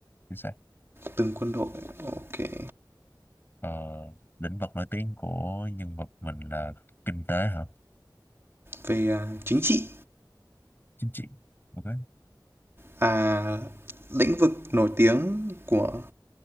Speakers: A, on the left; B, on the right.
A: chính xác
B: Từng quân đội, OK.
A: ờ, lĩnh vực nổi tiếng của nhân vật mình là kinh tế hả
B: Về, à, chính trị,
A: chính trị ok
B: à, lĩnh vực nổi tiếng của